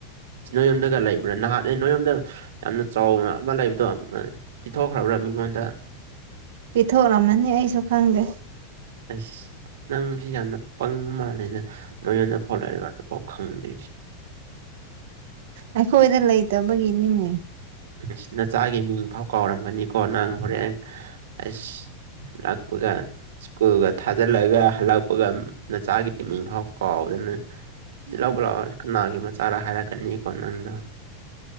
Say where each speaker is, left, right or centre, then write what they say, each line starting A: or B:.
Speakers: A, on the right; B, on the right.
A: ꯅꯣꯏ ꯌꯨꯝꯗꯒ ꯂꯩꯕ꯭ꯔꯥ ꯅꯍꯥꯟꯅꯦ ꯅꯣꯏ ꯌꯨꯝꯗ ꯌꯥꯝ ꯆꯥꯎꯅ ꯑꯃꯥ ꯂꯩꯕꯗꯣ ꯄꯤꯊꯣꯛꯈ꯭ꯔꯕ꯭ꯔꯥ ꯃꯤꯉꯣꯟꯗ
B: ꯄꯤꯊꯣꯛꯂꯝꯃꯅꯤ ꯑꯩꯁꯨ ꯈꯪꯗꯦ
A: ꯑꯁ ꯅꯪꯁꯤ ꯌꯥꯝꯅ ꯄꯪꯕ ꯃꯥꯜꯂꯦꯗ ꯅꯣꯏ ꯌꯨꯝꯗ ꯐꯥꯎ ꯂꯩꯔꯒ ꯑꯗꯨ ꯐꯥꯎ ꯈꯪꯗꯦ
B: ꯑꯩꯈꯣꯏꯗ ꯂꯩꯇꯕꯒꯤꯅꯤꯅꯦ
A: ꯑꯁ ꯅꯆꯥꯒꯤ ꯃꯤꯡ ꯐꯥꯎ ꯀꯥꯎꯔꯝꯒꯅꯤꯀꯣ ꯅꯪ ꯍꯣꯔꯦꯟ ꯑꯁ ꯂꯥꯛꯄꯒ ꯁ꯭ꯀꯨꯜꯒ ꯊꯥꯖꯤꯜꯂꯒ ꯍꯜꯂꯛꯄꯒ ꯅꯆꯥꯒꯤ ꯃꯤꯡ ꯐꯥꯎ ꯀꯥꯎꯗꯅ
B: ꯎꯝ
A: ꯂꯧꯕ ꯂꯥꯛꯑꯣ ꯀꯅꯥꯒꯤ ꯃꯆꯥꯔ ꯍꯥꯏꯔꯛꯀꯅꯤꯀꯣ ꯅꯪꯗꯣ